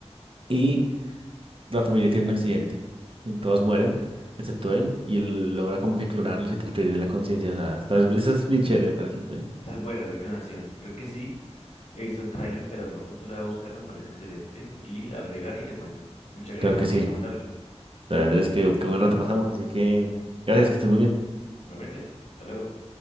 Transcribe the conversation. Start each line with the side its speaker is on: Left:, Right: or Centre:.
Right: Y la familia tiene un accidente. y Todos mueren, excepto él, y él logra como que clonarlos y transferirle la conciencia. O sea, está, eso es bien chévere, me pareció también.
Left: esa es buena, es de clonación. Creo que sí. He visto el tráiler, pero no, justo la voy a buscar, me parece excelente. Y la agregar y te cuento. Muchas gracias,
Right: Claro que
Left: man,
Right: sí.
Left: por recomendarla.
Right: O Andrés, qué, qué buen rato pasamos, así que gracias, que estés muy bien.
Left: Igualmente, hasta luego.